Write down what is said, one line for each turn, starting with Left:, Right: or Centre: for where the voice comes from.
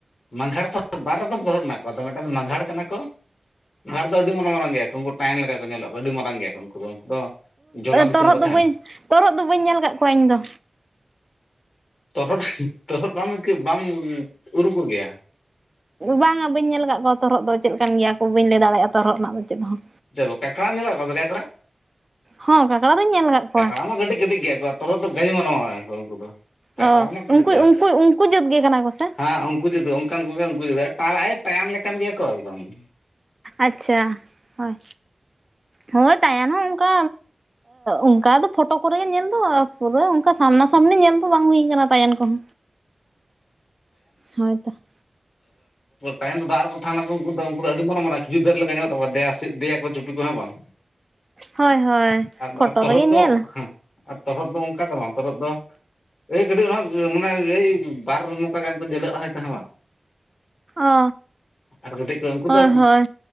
Left: ᱢᱟᱸᱜᱷᱟᱲ ᱛᱚ ᱵᱟᱨ ᱨᱚᱠᱚᱢ ᱛᱚᱨᱦᱚᱫ ᱢᱮᱱᱟᱜ ᱠᱚᱣᱟ ᱢᱤᱫ ᱴᱟᱝ ᱫᱚ ᱢᱟᱸᱜᱷᱟᱲ ᱠᱟᱱᱟ ᱠᱚ ᱜᱷᱟᱲ ᱫᱚ ᱟᱹᱰᱤ ᱢᱟᱨᱟᱝ ᱢᱟᱨᱟᱝ ᱜᱮᱭᱟ ᱠᱚ ᱩᱱᱠᱩ ᱛᱟᱭᱟᱱ ᱞᱮᱠᱟ ᱠᱚ ᱧᱮᱞᱚᱜᱼᱟ ᱟᱹᱰᱤ ᱢᱟᱨᱟᱝ ᱜᱮᱭᱟ ᱠᱚ ᱩᱱᱠᱩ ᱫᱚ ᱩᱱᱠᱩ ᱫᱚ ᱡᱚᱞᱟ ᱫᱤᱥᱚᱢ
Right: ᱛᱚᱨᱚᱫ
Left: ᱠᱚ ᱛᱟᱦᱮᱱᱟ
Right: ᱫᱚ ᱵᱟᱹᱧ ᱛᱚᱨᱚᱫ ᱫᱚ ᱵᱟᱹᱧ ᱧᱮᱞ ᱟᱠᱟᱫ ᱠᱚᱣᱟ ᱤᱧᱫᱚ
Left: ᱛᱚᱨᱦᱚᱫ ᱛᱚᱨᱦᱚᱫ ᱵᱟᱢ ᱵᱟᱢ ᱩᱨᱩᱢ ᱠᱚ ᱜᱮᱭᱟ
Right: ᱵᱟᱝᱼᱟ ᱵᱟᱹᱧ ᱧᱮᱞ ᱟᱠᱟᱫ ᱠᱚᱣᱟ ᱛᱚᱨᱚᱫ ᱫᱚ ᱪᱮᱫ ᱞᱮᱠᱟᱱ ᱜᱮᱭᱟ ᱠᱚ ᱵᱟᱹᱧ ᱞᱟᱹᱭ ᱫᱟᱲᱮᱭᱟᱜᱼᱟ ᱛᱚᱨᱚᱫ ᱨᱮᱱᱟᱜ ᱫᱚ ᱪᱮᱫ ᱦᱚᱸ
Left: <unintelligible> ᱠᱟᱠᱲᱟ ᱧᱮᱞᱮᱫ ᱠᱚᱣᱟᱛ ᱠᱟᱠᱲᱟ,
Right: ᱦᱚᱸ ᱠᱟᱠᱲᱟ ᱫᱚᱧ ᱧᱮᱞ ᱟᱠᱟᱫ ᱠᱚᱣᱟ
Left: ᱠᱟᱠᱲᱟ ᱢᱟ ᱠᱟᱹᱴᱤᱡ ᱠᱟᱹᱴᱤᱡ ᱜᱮᱭᱟ ᱠᱚ ᱾ ᱛᱚᱨᱚᱫ ᱫᱚ <unintelligible> ᱢᱟᱨᱟᱝ ᱢᱟᱨᱟᱝ ᱟᱠᱚ ᱩᱱᱠᱩ ᱫᱚ ᱾ ᱠᱟᱠᱲᱟ
Right: ᱚ
Left: ᱢᱟ ᱠᱟᱹᱴᱤᱡ
Right: ᱩᱱᱠᱩ
Left: ᱜᱮᱭᱟ
Right: ᱩᱱᱠᱩ
Left: ᱠᱚ
Right: ᱩᱱᱠᱩ ᱡᱟᱹᱛ ᱜᱮ ᱠᱟᱱᱟ ᱠᱚ ᱥᱮ
Left: ᱦᱮᱸ ᱩᱱᱠᱩ ᱡᱩᱫᱤ ᱾ ᱠᱷᱟᱱ ᱩᱱᱠᱩ ᱜᱮ ᱩᱱᱠᱩ ᱡᱩᱫᱟᱹ <unintelligible> ᱛᱟᱭᱚᱢ ᱞᱮᱠᱟ ᱜᱮᱭᱟ ᱠᱚ ᱮᱠᱫᱚᱢ ᱾
Right: ᱟᱪᱪᱷᱟ ᱦᱳᱭ ᱦᱳᱭ ᱛᱟᱭᱟᱱ ᱦᱚᱸ ᱚᱱᱠᱟ ᱚᱱᱠᱟ ᱫᱚ ᱯᱷᱳᱴᱳ ᱠᱚᱨᱮ ᱜᱮ ᱧᱮᱞ ᱫᱚ ᱯᱩᱨᱟ ᱚᱱᱠᱟ ᱥᱟᱢᱱᱟ ᱥᱟᱢᱱᱤ ᱧᱮᱞ ᱫᱚ ᱵᱟᱝ ᱦᱩᱭᱩ ᱟᱠᱟᱱᱟ ᱛᱟᱭᱟᱱ ᱠᱚᱦᱚᱸ ᱦᱳᱭᱛᱚ ᱾
Left: ᱛᱟᱭᱚᱢ ᱫᱚ ᱫᱟᱜ ᱨᱮᱠᱚ ᱛᱟᱦᱮᱱᱟᱠᱚ ᱩᱱᱠᱩ ᱫᱚ ᱛᱟᱭᱟᱱ ᱫᱟᱜ ᱨᱮᱠᱚ ᱛᱟᱦᱮᱱᱟ ᱩᱱᱠᱩ ᱫᱚ ᱟᱹᱰᱤ ᱢᱟᱨᱟᱝ ᱢᱟᱨᱟᱝ ᱠᱷᱤᱡᱩᱨ ᱫᱟᱨᱮ ᱞᱮᱠᱟ ᱧᱚᱜ ᱛᱟᱠᱚᱣᱟ ᱫᱮ ᱫᱮᱭᱟᱠᱚ ᱪᱩᱯᱤ ᱠᱚ ᱦᱮᱸ ᱵᱟᱝ ᱾
Right: ᱦᱳᱭ ᱦᱳᱭ
Left: ᱟᱨ
Right: ᱯᱷᱳᱴᱳ
Left: ᱛᱚᱨᱦᱚᱫ
Right: ᱨᱮᱜᱮ
Left: ᱫᱚ
Right: ᱧᱮᱞ ᱾
Left: ᱟᱨ ᱛᱚᱨᱚᱦᱚᱫ ᱫᱚ ᱚᱱᱠᱟ ᱫᱚ ᱵᱟᱝ ᱛᱚᱨᱚᱦᱚᱫ ᱫᱚ ᱮᱭ ᱠᱟᱹᱴᱤᱡ ᱱᱟᱦᱟᱸᱜ ᱢᱟᱱᱮ ᱮᱭ ᱵᱟᱨ ᱢᱚᱠᱟ ᱜᱟᱱ ᱠᱚ ᱡᱮᱞᱚᱜ ᱦᱚ ᱛᱟᱦᱮᱱᱟ
Right: ᱚ
Left: ᱾ ᱟᱨ ᱠᱟᱹᱴᱤᱡ ᱠᱚ ᱩᱱᱠᱩ
Right: ᱦᱳᱭ
Left: ᱫᱚ
Right: ᱦᱳᱭ